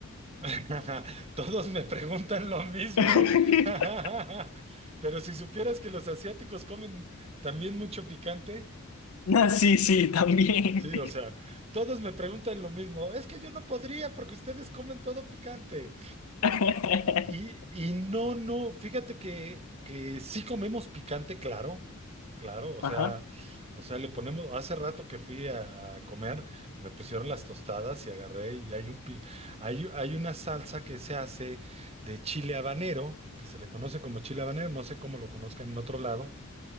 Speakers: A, on the right; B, on the left.
A: <laughs> Todos me preguntan lo mismo.
B: <laughs>
A: <laughs> Pero si supieras que los asiáticos comen también mucho picante.
B: No, sí, sí, también.
A: Sí, o sea, todos me preguntan lo mismo. Es que yo no podría porque ustedes comen todo picante.
B: <laughs>
A: Y, y no, no, fíjate que, que sí comemos picante, claro, claro, o
B: Ajá,
A: sea, o sea, le ponemos, hace rato que fui a comer, me pusieron las tostadas y agarré y hay un, pi- hay, hay una salsa que se hace de chile habanero, que se le conoce como chile habanero, no sé cómo lo conozcan en otro lado